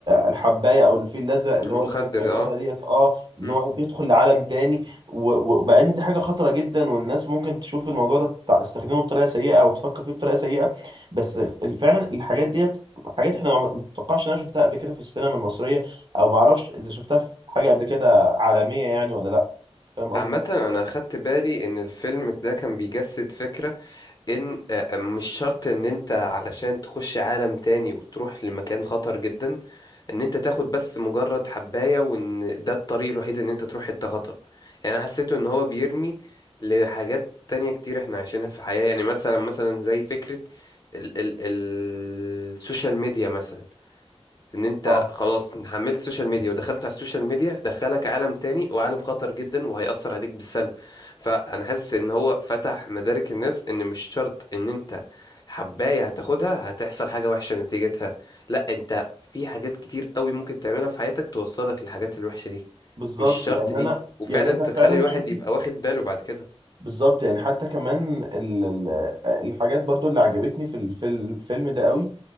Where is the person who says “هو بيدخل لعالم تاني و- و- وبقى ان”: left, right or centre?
Right